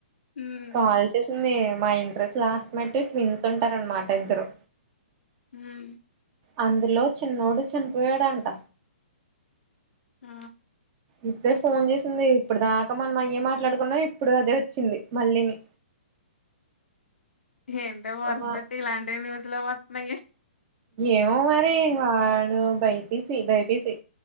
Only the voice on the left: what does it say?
హ్మ్.
హు మ్మ్
ఆ!
ఏంట వర్స్బెట్టి
ఇలాంటీ న్యూస్ ల వతూన్నాయి